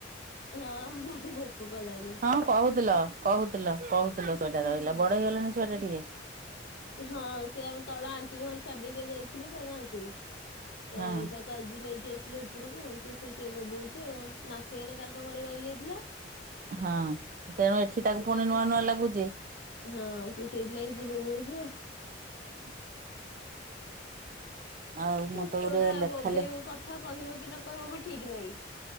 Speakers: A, on the left; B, on the right.
A: ହଁ ତାକୁ ଭୋକ କଲାଣି।
B: ହଁ କହୁଥିଲ, କହୁଥିଲ, କହୁଥିଲ ଶୁଆଟା ରହିଲା।
A: ଅ
B: ବଡ ହେଇଗଲାଣି ଶୁଆଟା ଟିକେ?
A: ହଁ ସେ ଆମ ତଳ ଆଣ୍ଟି ଘର ଛାଡି ଦେଇକି ଯାଇଥିଲୁ ତ ଗାଁକୁ। ସେ
B: ହଁ
A: ତାକୁ ତ ଆଜି ନେଇକି ଆସିଲୁ ଉପରକୁ, ସେ ସେ ସେ ବୋ ବୋଉଚି ଆଉ। ମାସେ ହେଲା ତାଙ୍କ ଘରେ ରହିଯାଇଥିଲା।
B: ହଁ। ତେଣୁ ଏଠି ତାକୁ
A: ସିଏ
B: ପୁଣି
A: ତାଙ୍କ
B: ନୂଆ ନୂଆ ଲାଗୁଚି।
A: ହଁ ସେ ସେଇଥି ଲାଗି ସେ ବୋବୋଉଚି ଆଉ।
B: <inaudible> ଆଉ
A: ଛୋଟଟା
B: ମୁଁ ତ ଗୋଟେ ଲେଖା
A: ବୋବେଇବ
B: ଲେଖି
A: କଥା କହିବ କି ନ କହିବ ବି ଠିକ୍ ନାହିଁ।